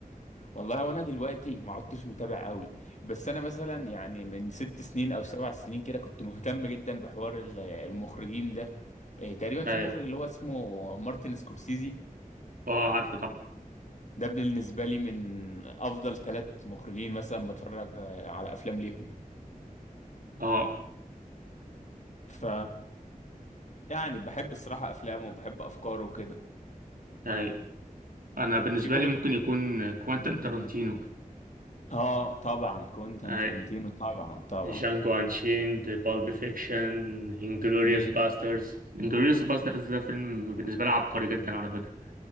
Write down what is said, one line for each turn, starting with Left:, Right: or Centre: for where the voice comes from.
Left: والله وانا دلوقتي ما عدتش متابع قوي بس انا مثلا يعني من ست سنين او سبع سنين كده كنت مهتم جدا بحوار ال- المخرجين ده آه، تقريبا في
Right: أيوه
Left: مخرج اللي هو اسمه مارتن سكورسيزي
Right: أه عارفه طبعا
Left: ده بالنسبة لي من أفضل ثلاث مخرجين مثلا بتفرج آه، على أفلام ليهم
Right: أه
Left: ف يعني بحب الصراحة أفلامه وبحب أفكاره وكده
Right: أيوه أنا بالنسبة
Left: وفي برضه
Right: لي ممكن يكون كوانتين تارانتينو
Left: مم. آه طبعا كوينتان
Right: أيوه
Left: ترنتينو طبعا طبعا
Right: جانجو انشيند بالب فيكشن انجلوريوس
Left: امم
Right: باسترز انجلوريوس باسترز ده فيلم بالنسبه لي عبقري جدا على فكره